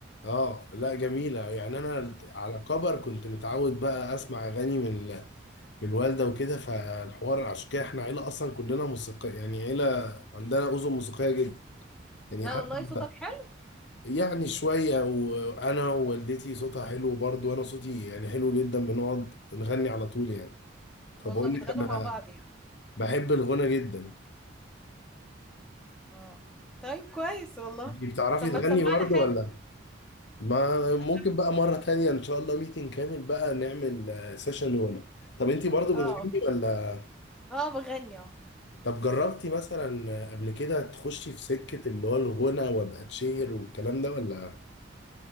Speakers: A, on the left (about 60°); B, in the centre.
A: اه لا جميله يعني انا على كبر كنت متعود بقى اسمع اغاني من بالوالدة وكده فالحوار عشان كده احنا عيلة أصلا كلنا موسيقية يعني عيلة عندنا أذن موسيقية جدا يعني
B: لا
A: حتى
B: والله صوتك حلو
A: يعني شوية وأنا ووالدتي صوتها حلو برضه وأنا صوتي يعني حلو جدا بنقعد نغني على طول يعني فبقول
B: والله بتغنوا
A: لك أنا
B: مع بعض يعني
A: بحب الغنى جدا
B: اه طيب كويس والله
A: انتي بتعرفي
B: طب
A: تغني
B: ما تسمعنا
A: برضه
B: حاجة
A: ولا ما ممكن
B: ما تسمع
A: بقى مرة تانية إن شاء الله ميتنج كامل بقى نعمل سيشن غنى طب أنتي برضه
B: اه
A: بتغني ولا
B: اه بغني اه
A: طب جربتي مثلا قبل كده تخشي في سكة اللي هو الغنى وابقى اتشهر والكلام ده ولا